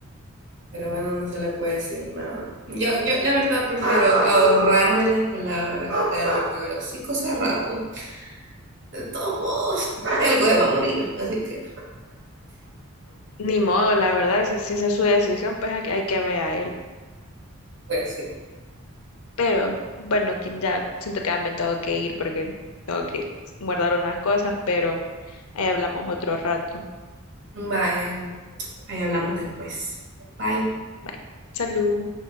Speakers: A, on the right (about 55°); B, on the left (about 75°).
A: Pero bueno, no se le puede decir nada. Yo, yo la verdad prefiero ahorrarme las palabras, quedarme con el hocico cerrado. De todos modos, de algo se va a morir, así que
B: Ni modo, la verdad, si, si esa es su decisión, pues hay, que- hay que ver a él.
A: pues sí.
B: Pero bueno, Kim, ya siento que ya me tengo que ir porque tengo que guardar unas cosas, pero ahí hablamos otro rato.
A: Vayan, ahí hablamos después. Bye.
B: Bye. Salud.